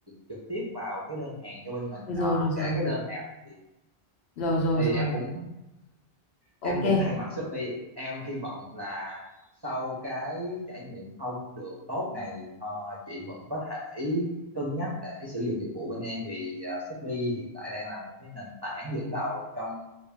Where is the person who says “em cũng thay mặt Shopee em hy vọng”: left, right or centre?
Right